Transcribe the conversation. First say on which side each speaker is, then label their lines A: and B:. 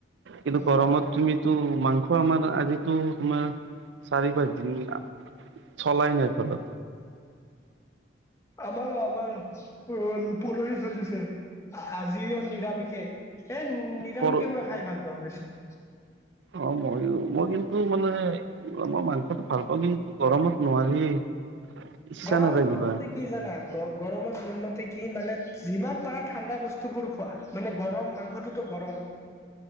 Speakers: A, on the right (about 75°); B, on the left (about 15°).
A: কিন্তু
B: উম
A: গৰমত, তুমিতো মাংস আমাৰ আজিতো তোমাৰ চাৰি পাঁচ দিন চলাই নাই ঘৰত।
B: আমাৰো আমাৰো পুৰহি চলিছে আজিও নিৰামিষে। এ নিৰামিষে
A: পৰ
B: মই খাই ভাল পাওঁ বেছি।
A: অ, মইয়ো মই কিন্তু মানে মই মাংসটো ভাল পাওঁ কিন্তু গৰমত নোৱাৰি। <inaudible>
B: গৰমত মোৰ
A: কিবা
B: মতে কি জানা? গ-গৰমত মোৰ মতে কি মানে যিমান পাৰা ঠাণ্ডা বস্তু বোৰ খোৱা মানে গৰম মাংসটোতো গৰম,